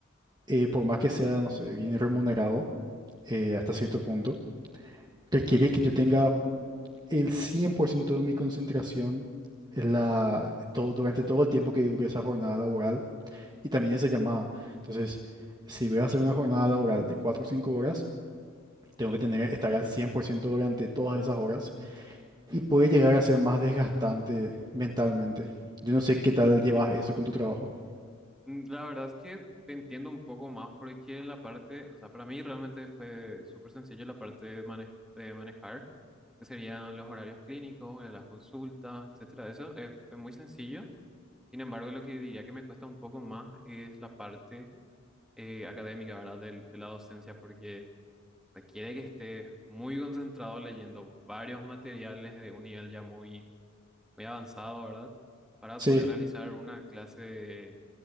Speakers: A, on the right; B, in the centre.
A: eh, por más que sea, no sé, bien remunerado eh, hasta cierto punto, requiere que yo tenga el 100% de mi concentración en la, todo, durante todo el tiempo que dure esa jornada laboral y también esa llamada. Entonces, si voy a hacer una jornada laboral de 4 o 5 horas, Tengo que tener, estar al 100% durante todas esas horas y puede llegar a ser más desgastante mentalmente. Yo no sé qué tal llevas eso con tu trabajo.
B: Mm, La verdad es que te entiendo un poco más porque en la parte, o sea, para mí realmente fue súper sencillo la parte de, mane- de manejar, que serían los horarios clínicos, las consultas, etcétera. Eso es es muy sencillo. Sin embargo, lo que diría que me cuesta un poco más es la parte eh, académica, ¿verdad? Del- De, la docencia, porque requiere que estés muy concentrado leyendo varios materiales de un nivel ya muy, muy avanzado, ¿verdad? Para
A: Sí.
B: poder realizar una clase